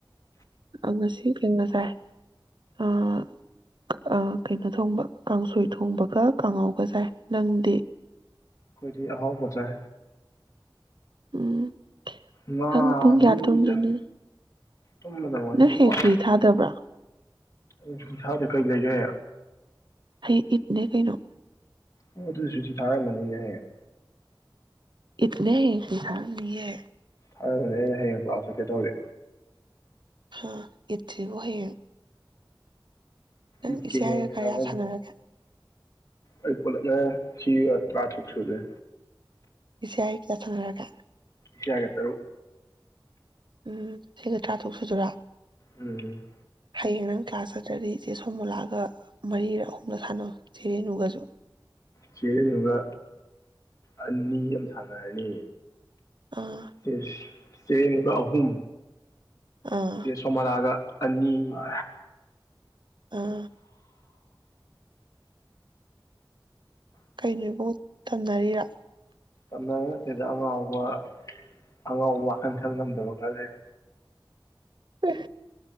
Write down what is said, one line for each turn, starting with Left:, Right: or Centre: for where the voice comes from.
Right: ꯑ ꯉꯁꯤ ꯐꯦꯅ ꯥꯑꯥ ꯑꯥ ꯀꯩꯅꯣ ꯊꯣꯡꯕ ꯀꯥꯡꯁꯣꯏ ꯊꯣꯡꯕꯒ ꯀꯥꯡꯉꯧꯒ ꯆꯥꯏ ꯅꯪꯗꯤ
Left: ꯈꯣꯏꯗꯤ ꯑꯍꯥꯎꯕ ꯆꯥꯢ
Right: ꯎꯝ
Left: ꯉꯥ
Right: ꯅꯪ ꯄꯨꯡ ꯀꯌꯥ
Left: ꯅꯨ
Right: ꯇꯨꯝꯗꯣꯏꯅꯣ
Left: ꯆꯥꯏ ꯇꯨꯝꯕꯅ ꯋꯥꯔꯤꯒꯤ
Right: ꯅꯪ ꯍꯌꯦꯡ
Left: ꯋꯥ
Right: ꯁꯨꯇꯤ ꯊꯥꯗꯕ꯭ꯔꯥ
Left: ꯍꯌꯦꯡ ꯁꯨꯇꯤ ꯊꯥꯢꯗꯣ ꯀꯩ ꯂꯩꯒꯦ
Right: ꯏꯠ ꯏꯠꯅꯦ ꯀꯩꯅꯣ
Left: ꯑꯣ ꯑꯗꯨꯗꯤ ꯁꯨꯇꯤ ꯊꯥꯔꯝꯃꯅꯤꯅꯦ ꯍꯌꯦꯡ
Right: ꯏꯠꯅꯦ ꯍꯌꯦꯡ ꯁꯨꯇꯤ ꯊꯥꯔꯝꯅꯤꯌꯦ
Left: ꯑꯗꯨꯒꯗꯤ ꯑꯩ ꯍꯌꯦꯡ ꯀ꯭ꯂꯥꯁ ꯆꯠꯀꯦ ꯇꯧꯔꯤ
Right: ꯑꯣ ꯏꯠꯁꯤꯕꯨ ꯍꯌꯦꯡ ꯅꯪ
Left: ꯏꯠꯀꯤ
Right: ꯏꯆꯦ
Left: ꯍꯌꯦꯡ
Right: ꯍꯥꯏꯒ
Left: ꯄꯩꯁꯥ
Right: ꯀꯌꯥ
Left: ꯂꯧ
Right: ꯁꯥꯟꯅꯔꯒꯦ
Left: ꯑꯩ ꯄꯨꯂꯞꯅ ꯁꯤꯒ ꯇ꯭ꯔꯥꯥꯇ꯭ꯔꯨꯛ ꯁꯨꯗꯣꯢꯅꯦ
Right: ꯄꯤꯁꯤ ꯍꯥꯏ ꯀꯌꯥ ꯆꯅꯔꯒꯦ
Left: ꯆꯤꯌꯥꯏꯒ ꯇꯔꯨꯛ
Right: ꯎꯝ ꯁꯤꯒ ꯇꯔꯥ ꯇꯔꯨꯛ ꯁꯨꯗꯣꯔꯥ
Left: ꯎꯝ
Right: ꯍꯌꯦꯡ ꯅꯪ ꯀ꯭ꯂꯥꯁ ꯆꯠꯇ꯭ꯔꯗꯤ ꯆꯦ ꯁꯣꯃꯣꯂꯥꯒ ꯃꯔꯤꯔꯥ ꯑꯍꯨꯝꯂꯥ ꯁꯥꯟꯅꯧ ꯆꯦ ꯔꯦꯅꯨꯒꯁꯨ
Left: ꯆꯦ ꯔꯦꯅꯨꯒ ꯑꯅꯤ ꯑꯝ ꯁꯥꯟꯅꯔꯅꯤ
Right: ꯑꯥ
Left: ꯆꯦ ꯁꯤ ꯆꯦꯕꯥ ꯑꯍꯨꯝ
Right: ꯑꯥ
Left: ꯆꯦ ꯁꯣꯃꯣꯂꯥꯒ ꯑꯅꯤ ꯃ
Right: ꯑꯥ ꯀꯩꯅꯣ ꯢꯕꯨꯡꯉꯣ ꯇꯝꯅꯔꯤꯔꯥ
Left: ꯑꯃꯥ ꯁꯤꯗ ꯑꯉꯥꯎꯕ ꯑꯉꯥꯎꯕ ꯋꯥꯈꯜ ꯈꯜ ꯉꯝꯗꯕ ꯈꯔ ꯂꯩꯔꯤ
Right: ꯎꯐ